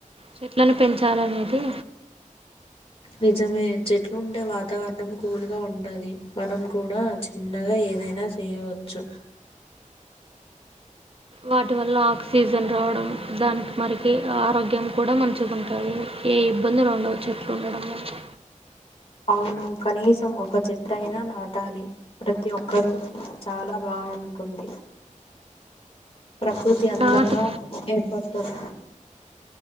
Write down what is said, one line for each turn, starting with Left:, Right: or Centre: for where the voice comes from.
Right: చెట్లను పెంచాలినేది
Left: నిజమే చెట్లు ఉంటే వాతావరణం కూల్గా ఉంటది మనం కూడా చిన్నగా ఏదైనా చేయవచ్చు
Right: వాటి వల్ల ఆక్సిజన్ రావడం దానికి మరికి ఆరోగ్యం కూడా మంచిగాంటుంది ఏ ఇబ్బందులు ఉండవు చెట్లు ఉండడం వల్ల
Left: అవును కనీసం ఒక చేట్టుయినా నాటాలి ప్రతి ఒక్కరూ చాలా బాగుంటుంది ప్రకృతి అందంగా
Right: నాటు
Left: ఏర్పడుతది